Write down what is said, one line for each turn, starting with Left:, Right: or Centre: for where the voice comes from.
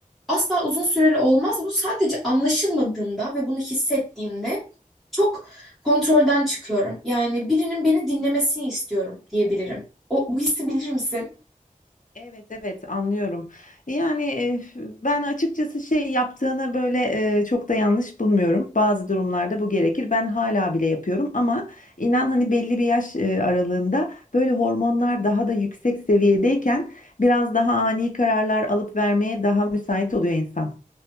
Centre: asla uzun süreli olmaz. Bu sadece anlaşılmadığımda ve bunu hissettiğimde çok kontrolden çıkıyorum. Yani birinin beni dinlemesini istiyorum diyebilirim. O, bu hissi bilir misin?
Left: Evet evet anlıyorum. Yani e, ben açıkçası şey yaptığını böyle e, çok da yanlış bulmuyorum. Bazı durumlarda bu gerekir. Ben hala bile yapıyorum ama inan hani belli bir yaş e, aralığında böyle hormonlar daha da yüksek seviyedeyken biraz daha ani kararlar alıp vermeye daha müsait oluyor insan.